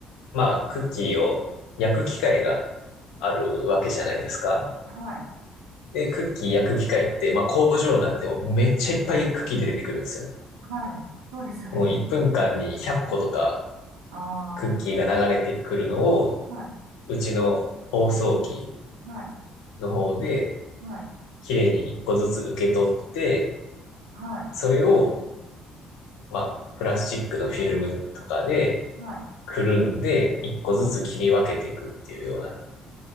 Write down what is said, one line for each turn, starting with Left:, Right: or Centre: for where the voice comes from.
Left: まあ、クッキーを焼く機械があるわけじゃないですか。
Right: はい、
Left: で、クッキー焼く機械って、まあ工場なんで、もうめっちゃいっぱいクッキー出てくるんですよ。
Right: はい。そうですよね。
Left: もう1分間に100個とか
Right: うん、
Left: クッキーが流れてくるのを、
Right: ああ、はい、
Left: うちの包装機
Right: はい、
Left: の方で、
Right: はい、
Left: 綺麗に1個ずつ受け取って、
Right: はい。
Left: それを、まあ、プラスチックのフィルムとかで、
Right: はい
Left: くるんで、1個ずつ切り分けていくっていうような。
Right: はい。